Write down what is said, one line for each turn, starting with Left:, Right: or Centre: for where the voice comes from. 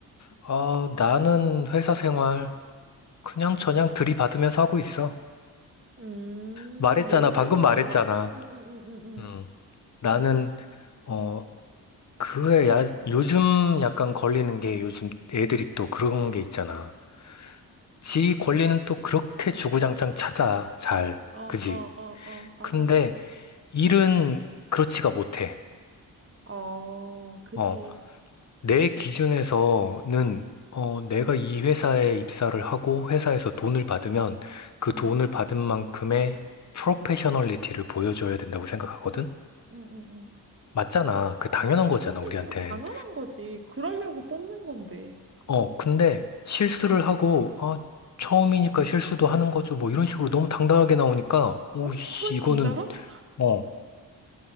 Left: 아, 나는 회사 생활 그냥저냥 들이받으면서 하고 있어.
Right: 음,
Left: 말했잖아.
Right: 뭐 힘들고
Left: 방금 말했잖아.
Right: 이런 거 넣고? 응, 응, 응, 응, 응.
Left: 음. 나는, 어, 그에 야, 요즘 약간 걸리는 게 요즘 애들이 또 그런 게 있잖아. 지 권리는 또 그렇게 주구장창 찾아. 잘.
Right: 어, 어,
Left: 그지?
Right: 어, 어, 맞아.
Left: 근데 일은 그렇지가 못해.
Right: 어, 그지.
Left: 어, 내 기준에서는 어, 내가 이 회사에 입사를 하고 회사에서 돈을 받으면 그 돈을
Right: 응,
Left: 받은 만큼의 프로페셔널리티를 보여줘야 된다고 생각하거든?
Right: 응, 응, 응.
Left: 맞잖아. 그 당연한 거잖아,
Right: 그지.
Left: 우리한텐.
Right: 당연한 거지. 그러려고 뽑는 건데.
Left: 어, 근데 실수를 하고, 어, 처음이니까 실수도 하는 거죠. 뭐 이런 식으로 너무 당당하게 나오니까, 오씨,
Right: 어?
Left: 이거는,
Right: <laughs> 진짜로?
Left: 어,